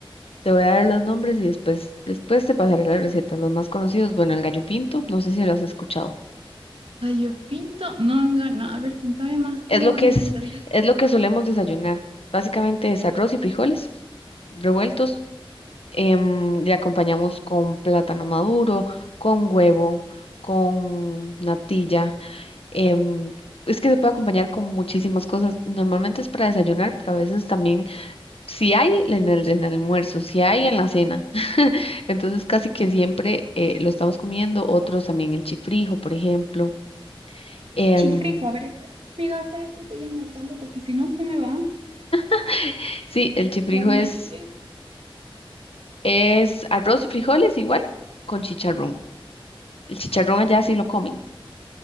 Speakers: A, on the left; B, on the right.
A: Te voy a dar los nombres y después, después te pasaré las recetas, los más conocidos. Bueno, el gallo pinto, no sé si lo has escuchado.
B: Gallo pinto. No, amiga, no. A ver, contame más cómo
A: Es lo
B: gallo
A: que Mm. es,
B: pinto. A ver,
A: es lo que solemos desayunar. Básicamente es arroz y frijoles revueltos. em, le acompañamos con plátano maduro, con huevo, con natilla. em, es que se puede acompañar con muchísimas cosas. Normalmente es para desayunar, pero a veces también Si hay en el, en el almuerzo, si hay en la cena. <laughs> Entonces casi que siempre eh, lo estamos comiendo. Otros también el chifrijo, por ejemplo. Em,
B: Chifrijo, a ver, espera. Amiga, espérate, voy a anotarlo porque si no se me va.
A: <laughs> sí, el chifrijo
B: La Méndez.
A: es, es arroz y frijoles igual con chicharrón. El chicharrón allá sí lo comen.